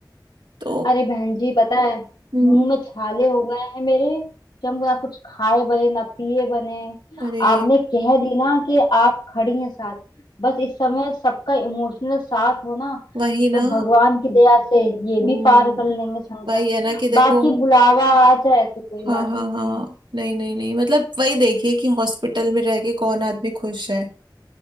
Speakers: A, on the right; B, on the left.
A: तो
B: अरे बहन जी पता है
A: हम्म,
B: मुंह में छाले हो गए हैं मेरे कि हम ना कुछ खाए बने ना पिए बने
A: अरे
B: आपने कह दी ना कि आप खड़ी हैं साथ बस इस समय सबका इमोशनल साथ हो ना
A: वही ना
B: तो भगवान की दया से ये
A: हम्म,
B: भी पार कर लेंगे संकट
A: वही है ना कि देखो
B: बाकी बुलावा आ जाए तो कोई
A: हाँ
B: बात
A: हाँ
B: ही नहीं
A: हाँ
B: है
A: नहीं नहीं नहीं मतलब वही देखिए कि हॉस्पिटल में रह के कौन आदमी खुश है